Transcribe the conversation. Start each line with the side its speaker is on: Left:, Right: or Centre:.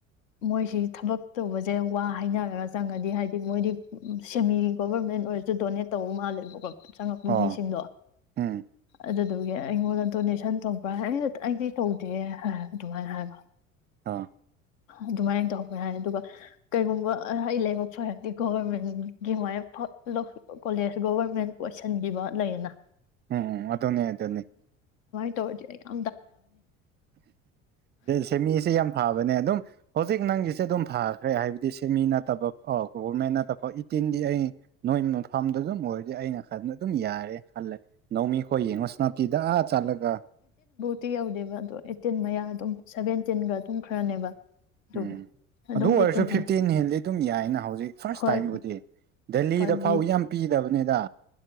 Left: ꯃꯣꯏꯁꯤ ꯊꯕꯛ ꯇꯧꯕꯁꯦ ꯋꯥ ꯍꯥꯏꯅꯔꯒ ꯆꯪꯉꯗꯤ ꯍꯥꯏꯗꯤ ꯃꯣꯏꯗꯤ ꯁꯦꯝꯃꯤ ꯒꯣꯕꯔꯃꯦꯟ ꯑꯣꯏꯔꯁꯨ ꯗꯣꯅꯦꯠ ꯇꯧꯕ ꯃꯥꯜꯂꯦꯕ
Right: ꯑꯣ
Left: ꯃꯤꯁꯤꯡꯗꯣ
Right: ꯎꯝ
Left: ꯑꯗꯨ ꯑꯗꯨꯒꯤ ꯑꯩꯉꯣꯟꯗ ꯗꯣꯅꯦꯁꯟ ꯇꯧꯕ꯭ꯔꯥ ꯑꯩꯗꯤ ꯇꯧꯗꯦ ꯍꯥꯏ ꯑꯗꯨꯃꯥꯏꯅ ꯍꯥꯏꯕ
Right: ꯑ
Left: ꯑꯗꯨꯃꯥꯏꯅ ꯇꯧꯕꯧꯕ ꯌꯥꯔꯦ ꯑꯗꯨꯒ ꯀꯩꯒꯨꯝꯕ ꯑꯩ ꯂꯥꯏꯕꯛ ꯐꯔꯗꯤ ꯒꯣꯚꯔꯃꯦꯟꯒꯤ ꯃꯥꯏ ꯀꯣꯂꯦꯖ ꯒꯣꯚꯔꯃꯦꯟ ꯇꯩꯁꯟꯕꯤꯕ ꯂꯩꯌꯦꯅ
Right: ꯎꯝ ꯑꯗꯨꯗꯣꯅꯦ ꯑꯗꯨꯅꯤ
Left: ꯇꯧꯔꯖꯑꯒ
Right: ꯁꯦꯃꯤꯁꯦ ꯌꯥꯝ ꯐꯕꯅꯦ ꯑꯗꯨꯝ ꯍꯧꯖꯤꯛ ꯅꯪꯒꯤꯁꯦ ꯑꯗꯨꯝ ꯐꯥꯈ꯭ꯔꯦ ꯍꯥꯏ ꯁꯤꯃꯤ ꯅꯠꯇꯕ ꯑꯣ ꯒꯣꯚꯔꯃꯦꯟ ꯅꯠꯇꯕ ꯏꯇꯤꯟꯗꯤ ꯑꯩ ꯅꯣꯏ ꯃꯐꯝꯗ ꯑꯗꯨꯝ ꯑꯣꯏꯔꯗꯤ ꯑꯩꯅ ꯈ ꯑꯗꯨꯝ ꯌꯥꯔꯦ ꯈꯜꯂꯦꯃꯤ ꯑꯩꯈꯣꯏ ꯌꯦꯡꯉꯣ ꯁꯅꯥꯇꯤꯗ ꯑꯥ ꯆꯠꯂꯒ
Left: ꯐꯇꯤ ꯌꯧꯗꯦꯕ ꯑꯗꯣ ꯑꯩꯠꯇꯤꯟ ꯃꯌꯥ ꯑꯗꯨꯝ ꯁꯚꯦꯟꯇꯤꯟꯒ ꯑꯗꯨꯝ ꯈꯔꯅꯦꯕ ꯑꯗꯨꯒꯤ
Right: ꯎꯝ
Left: ꯑꯗꯨꯝ
Right: ꯑꯗꯨ ꯑꯣꯏꯔꯁꯨ
Left: ꯑꯩꯠꯇꯤꯟ ꯍꯥꯏ
Right: ꯐꯤꯞꯇꯤꯟ ꯍꯦꯟꯗꯤ ꯑꯗꯨꯝ ꯌꯥꯏꯅ ꯍꯧꯖꯤꯛ ꯐꯥꯔꯁ
Left: ꯍꯣꯏ
Right: ꯇꯥꯏꯝꯕꯨꯗꯤ ꯗꯦꯜꯂꯤꯗ
Left: ꯍꯣꯏ ꯕꯤ
Right: ꯐꯥꯎ ꯌꯥꯝ ꯄꯤꯗꯕ ꯅꯦꯗꯥ